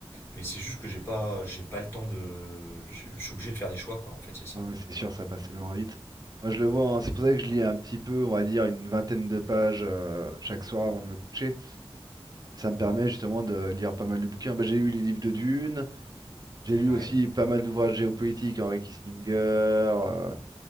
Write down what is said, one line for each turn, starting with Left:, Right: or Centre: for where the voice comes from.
Left: mais c'est juste que j'ai pas, j'ai pas le temps de. Je je suis obligé de faire des choix, quoi. En fait, c'est ça.
Right: Non, mais c'est sûr, ça passe tellement vite. Moi, je le vois,
Left: Ouais.
Right: hein, c'est pour ça que je lis un petit peu, on va dire, une vingtaine de pages euh, chaque soir avant de me coucher. Et ça me permet justement de lire pas mal de bouquins. Bah, j'ai lu les livres de Dune, j'ai lu
Left: Ouais.
Right: aussi pas mal d'ouvrages géopolitiques, Henry Kissinger, euh,